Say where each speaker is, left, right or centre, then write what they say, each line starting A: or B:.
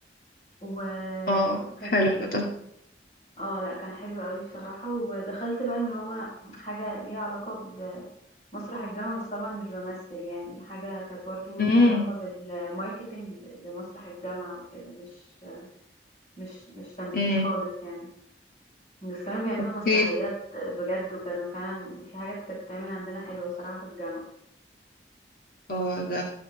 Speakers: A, on the left (about 35°); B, on the left (about 55°).
A: و
B: اه
A: وكان
B: حلو
A: في إيه تاني
B: ده
A: آه لأ كان حلو أوي بصراحة، ودخلت بقى اللي هو حاجة ليها علاقة بمسرح الجامعة بس طبعًا مش بامثّل يعني، حاجة كانت برضه
B: امم
A: ليها علاقة بالmarketing ل لمسرح الجامعة وكده مش مش مش تمثيل
B: امم
A: خالص يعني. بس كانوا بيعملوا
B: اكيد
A: مسرحيات بجد وكانوا فعلا في حاجات كانت بتعمل عندنا حلوة بصراحة في الجامعة
B: اه ده